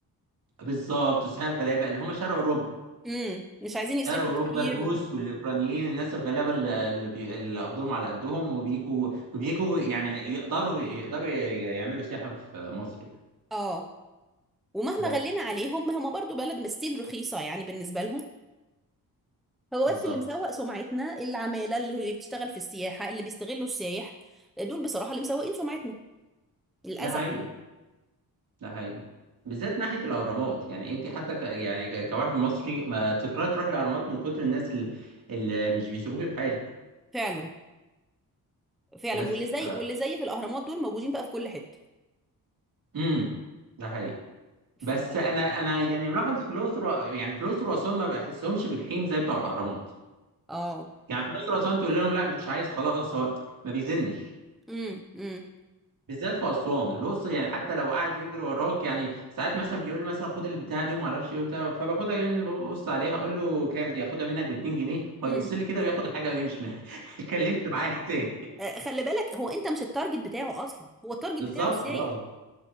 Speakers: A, on the right (about 60°); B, in the centre.
A: بالظبط السعوديه الغلابه اللي هم شرق اوروبا
B: امم مش عايزين يصرفوا
A: شرق اوروبا
B: كتير
A: الروس
B: و...
A: والاوكرانيين الناس الغلابه اللي اللي بي- اللي قبضهم على قدهم وبيجوا وبيجوا يعني يقدروا يقدروا ي- يعملوا سياحه في مصر يعني
B: اه ومهما
A: بس
B: غلينا عليهم هم برضو بلد مستيل رخيصه يعني بالنسبه لهم هو
A: بالظبط
B: بس اللي مسوق سمعتنا العمالة اللي بتشتغل في السياحة اللي بيستغلوا السايح دول بصراحة اللي مسوقين سمعتنا للأسف
A: ده حقيقي
B: يعني
A: ده حقيقي بالذات ناحيه الاهرامات يعني انت حتى ك يعني ك- كواحد مصري ما تكرهي تروح الاهرامات من كتر الناس اللي, اللي مش بيسيبوك بحالك
B: فعلا فعلا
A: بس
B: واللي زي
A: ف
B: واللي زي في الأهرامات دول موجودين بقى في كل حتة
A: امم ده حقيقي
B: ف...
A: بس انا انا يعني ملاحظ في الاقصر و- يعني في الاقصر واسوان ما بحسهمش بجحيم زي بتوع الاهرامات
B: اه
A: يعني في الاقصر واسوان تقول لهم لا مش عايز خلاص هو ما بيزنش
B: امم امم
A: بالذات في اسوان الاقصر يعني حتى لو قاعد يجري وراك يعني ساعات مثلا بيقول لي مثلا خد البتاعه دي وما اعرفش ايه وبتاع فباخدها مني ببص عليها اقول له كام دي اخدها منك ب 2 جنيه فيبص
B: امم
A: لي كده وياخد الحاجه ويمشي ما <laughs> اتكلمش معايا تاني
B: آه، خلي بالك هو انت مش التارجت بتاعه اصلا هو التارجت
A: بالظبط
B: بتاعه السايح
A: اه